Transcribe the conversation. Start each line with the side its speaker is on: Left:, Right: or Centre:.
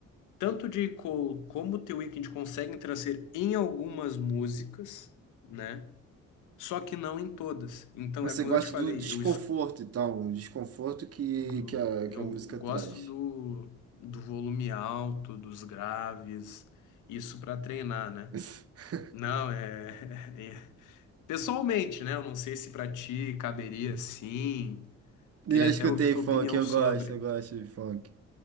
Left: tanto de Cole como The Weeknd conseguem trazer em algumas músicas, né? Só que não em todas. Então,
Right: Você
Left: é como
Right: gosta
Left: eu te falei,
Right: do desconforto,
Left: eu escu
Right: então, o desconforto que,
Left: do-
Right: que a,
Left: eu
Right: que a música
Left: gosto
Right: traz.
Left: do, do volume alto, dos graves, isso para treinar, né?
Right: <laughs>
Left: Não, é, <laughs> é- Pessoalmente, né? Eu não sei se para ti caberia sim.
Right: E
Left: Queria
Right: eu escutei
Left: até ouvir tua
Right: funk,
Left: opinião
Right: eu
Left: sobre.
Right: gosto, eu gosto de funk.